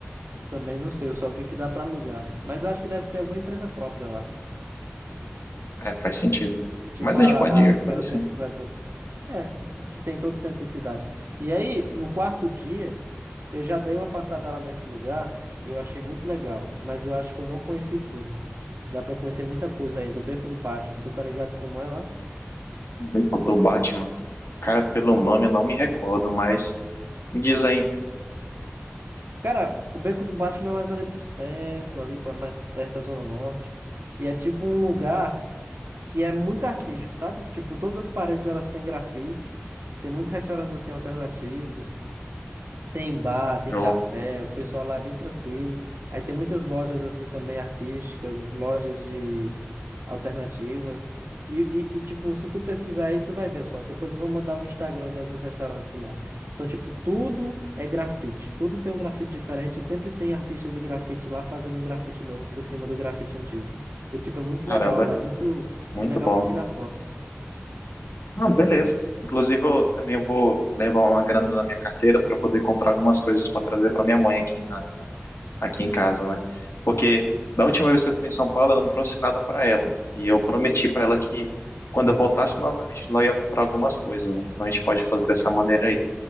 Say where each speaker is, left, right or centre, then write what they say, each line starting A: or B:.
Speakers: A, on the right; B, on the left.
A: Também não sei, eu só vi que dá para alugar. Mas eu acho que deve ser alguma empresa própria lá.
B: É, faz sentido.
A: Tipo
B: Mas
A: a-
B: a gente pode
A: as, aquelas
B: fazer assim,
A: bicicletas. É, tipo, que tem em todo centro de cidade. E aí, no quarto dia, eu já dei uma passada lá nesse lugar e eu achei muito legal. Mas eu acho que eu não conheci tudo. Dá para conhecer muita coisa ainda. O Beco do Batman, tu tá ligado como é lá?
B: Beco do Batman. Cara, pelo
A: Uhum.
B: nome eu não me recordo, mas me diz aí.
A: Cara, o Beco do Batman é mais ali pro centro, ali pra, mais perto da Zona Norte. E é tipo um lugar que é muito artístico, sabe? Tipo, todas as paredes elas têm grafite. Tem muitos restaurantes assim alternativos. Tem bar, tem
B: Eu,
A: café, o pessoal lá é bem tranquilo. Aí tem muitas lojas assim também artísticas, lojas de alternativas. E, e, e, tipo, se tu pesquisar aí, tu vai ver só. Depois eu vou mandar o Instagram de alguns restaurantes de lá. Então, tipo, tudo é grafite. Tudo tem um grafite diferente. E sempre tem artistas e grafite lá fazendo um grafite novo por cima do grafite antigo. Então, tipo, é muito
B: caramba,
A: legal lá. É muito,
B: muito
A: muito legal
B: bom.
A: para tirar foto.
B: Ah, beleza. Inclusive, eu também vou levar uma grana na minha carteira para poder comprar algumas coisas para trazer para minha mãe aqui, na, aqui em casa, né? Porque da última vez que eu fui em São Paulo, eu não trouxe nada para ela. E eu prometi para ela que quando eu voltasse novamente lá, eu ia comprar algumas coisas, né? Então a gente pode fazer dessa maneira aí.